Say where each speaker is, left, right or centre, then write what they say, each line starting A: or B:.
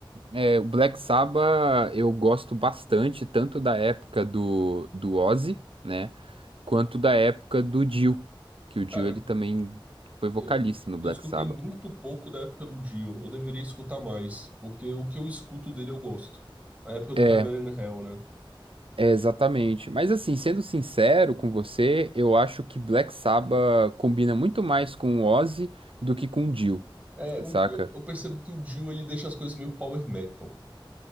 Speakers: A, on the right; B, on the right.
A: é, o Black Sabbath eu gosto bastante, tanto da época do, do Ozzy, né? Quanto da época do Dio, que o Dio
B: Cara,
A: ele também foi vocalista
B: eu,
A: no Black
B: eu escutei
A: Sabbath.
B: muito pouco da época do Dio, eu deveria escutar mais, porque o que eu escuto dele eu gosto. A época do
A: É,
B: Heaven and Hell, né?
A: é exatamente. Mas assim, sendo sincero com você, eu acho que Black Sabbath combina muito mais com o Ozzy do que com o Dio,
B: É, o-
A: saca?
B: eu eu percebo que o Dio ele deixa as coisas meio power metal.